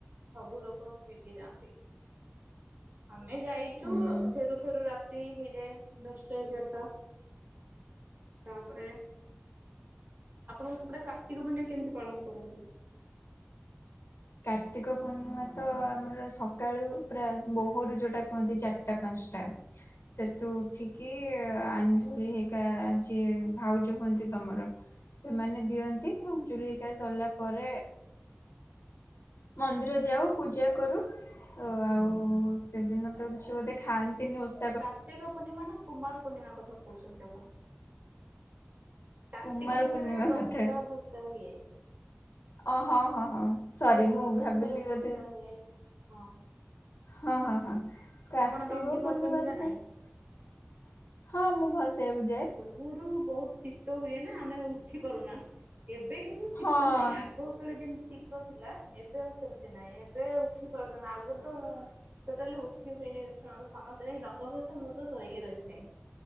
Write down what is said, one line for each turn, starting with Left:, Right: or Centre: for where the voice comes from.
Right: ସବୁ ଲୋକ ସେଇଠିକି ଯାଆନ୍ତି। ଆମେ ଯାଇଚୁ,
Left: ହୁଁ
Right: ଫେରୁ ଫେରୁ ରାତ୍ ତି ହେଇଯାଏ, ଦଶଟା-ଏଗାରଟା। ତା'ପରେ ଆପଣଙ୍କ ସେପଟେ, କାର୍ତ୍ତିକ ପୁନେଇଁ କେମିତି ପାଳନ କରନ୍ତି?
Left: କାର୍ତ୍ତିକ ପୂର୍ଣ୍ଣିମା ତ, ଆମର ସକାଳୁ ପ୍ରାୟ ବୋହରୁ ଯେଉଁଟା କୁହନ୍ତି, ଚାର୍ ଟା-ପାଞ୍ଚଟା ସେଠୁ ଉଠିକି ଆଞ୍ଜୁଳି ହେଇକା, ଯିଏ ଭାଉଜ ହୁଅନ୍ତି, ତମର। ସେମାନେ ଦିଅନ୍ତି, ଆଞ୍ଜୁଳି ହେଇକା ସର୍ ଲା ପରେ ମନ୍ଦିର ଯାଉ, ପୂଜା କରୁ। ଓ ଆଉ-ଉ ସେଦିନ ତ କିଛି ବୋଧେ ଖାଆନ୍ତିନି, ଓଷ୍
Right: କାର୍ତ୍ତିକ ପୂର୍ଣ୍ଣିମା ନା, କୁମାର ପୂର୍ଣ୍ଣିମା କଥା କହୁଛନ୍ତି ଆପଣ? କାର୍ତ୍ତିକ
Left: କୁମାର
Right: ପୂର୍ଣ୍ଣିମା, ଯଉଟା ଡଙ୍ଗା
Left: ବୋଧେ
Right: ଭସା ହୁଏ।
Left: ଓ, ହଁ, ହଁ, ହଁ। ସରି
Right: ଯୋଉଟା ଧବଳେଶ୍ଵରଙ୍କ
Left: ମୁଁ ଭାବିଲି ବୋଧେ
Right: ଓଷା ହୁଏ ହଁ
Left: ହଁ, ହଁ, ହଁ। କାର୍ତ୍ତିକ
Right: ଆପଣ ଡଙ୍ଗି ଭସାନ୍ତି
Left: ପୂର୍ଣିମା
Right: ନା ନାଇଁ?
Left: ତ, ହଁ, ମୁଁ ଭସେଇବାକୁ ଯାଏ।
Right: ଗୁରୁ ବହୁତ ଶୀତ ହୁଏ ନା, ଆମେ ଉଠି ପାରୁନା। ଏବେ, କିନ୍ତୁ, ଶୀତ
Left: ହଁ
Right: ନାହିଁ। ଆଗ୍ କୋଉ କାଳେ ଯେମିତି ଶୀତ ଥିଲା, ଏବେ ଆଉ ସେମିତି ନାହିଁ। ଏବେ ଉଠି ପାରୁଛନ୍, ଆଗରୁ ତ ମୁଁ ଟୋଟାଲି ଉଠି ହୁଏନେଇ, ବିଛଣାରୁ। ସମସ୍ତେ ଯାଇ ଡଙ୍ଗା ଭଷା। ମୁଁ ତ ଶୋଇକି ରହିଥାଏ।